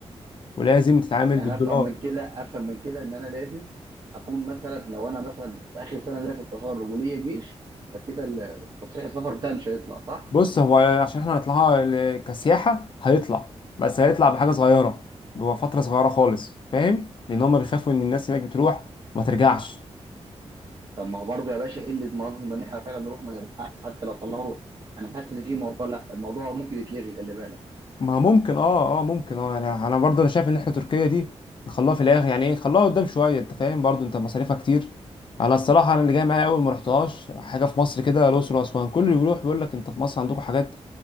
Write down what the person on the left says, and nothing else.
ولازم تتعامل
بالدولار
بص هو عشان احنا هنطلعها ل- كسياحة هيطلع بس هيطلع بحاجة صغيرة بفترة صغيرة خالص فاهم لأن هما بيخافوا إن الناس هناك بتروح وما ترجعش
ما ممكن اه اه ممكن اه أنا أنا برضه أنا شايف إن احنا تركيا دي نخلوها في الآخر يعني إيه نخلوها قدام شوية أنت فاهم برضه أنت مصاريفها كتير أنا الصراحة أنا اللي جاي معايا أول ما رحتهاش حاجة في مصر كده الأقصر وأسوان كل اللي بيروح بيقول لك أنت في مصر عندكم حاجات